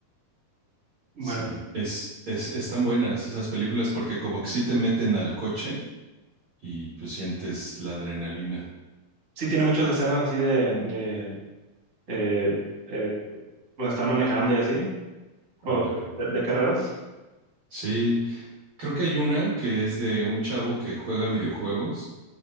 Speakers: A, on the right (about 30°); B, on the right (about 55°).
A: Bueno,
B: sí. Es, es, están buenas esas películas porque como que sí te meten al coche y pues sientes la adrenalina.
A: sí tiene muchas escenas así de, de eh, eh, bueno, estar manejando y así.
B: Ándale.
A: ¿O de, de carreras?
B: Sí, creo que hay una que es de un chavo que juega videojuegos